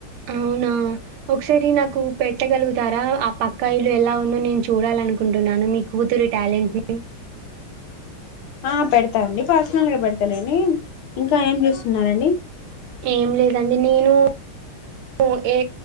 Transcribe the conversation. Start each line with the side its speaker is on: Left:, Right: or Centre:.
Right: అవునా ఒకసారి నాకు పెట్టగలుగుతారా ఆ పక్కాయిలు ఎలా ముందు నేను చూడాలనుకుంటున్నాను మీ కూతురు టాలెంట్ ని
Left: ఆ పెడత అండి పర్సనల్ గా పెడతలేండి ఇంకా ఏం చేస్తున్నరండి
Right: ఏం లేదండి నేను ఊ ఏ